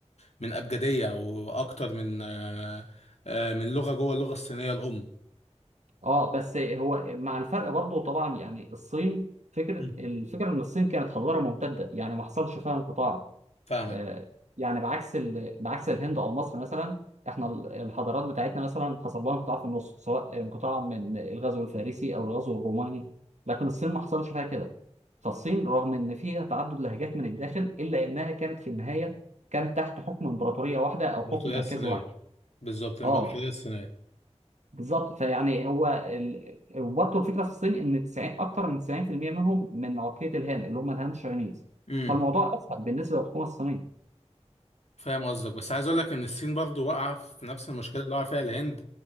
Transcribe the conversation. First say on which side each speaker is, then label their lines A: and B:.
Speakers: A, on the left (about 65°); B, on the right (about 75°).
A: من أبجدية وأكتر من آه، من لغه جوه اللغه الصينيه الام
B: اه بس هو مع الفرق برضه طبعا يعني الصين فكره
A: مم.
B: الفكره ان الصين كانت حضاره ممتده يعني ما حصلش فيها انقطاع
A: فاهمك
B: آه يعني بعكس ال... بعكس الهند او مصر مثلا احنا ال- الحضارات بتاعتنا مثلا حصل لها انقطاع في النص سواء انقطاع من الغزو الفارسي او الغزو الروماني لكن الصين ما حصلش فيها كده فالصين رغم ان فيها تعدد لهجات من الداخل الا انها كانت في النهايه كانت تحت حكم امبراطوريه واحده او
A: الامبراطوريه
B: حكم مركزي
A: الصينيه
B: واحد
A: بالظبط الامبراطوريه
B: اه
A: الصينيه
B: بالظبط فيعني هو ال... وبرضه الفكره في الصين ان 90 اكتر من 90% منهم من عقليه الهان اللي هم الهان شاينيز
A: امم
B: فالموضوع اسهل بالنسبه للحكومه الصينيه
A: فاهم قصدك بس عايز اقول لك ان الصين برضو واقعه في نفس المشكله اللي واقعه فيها الهند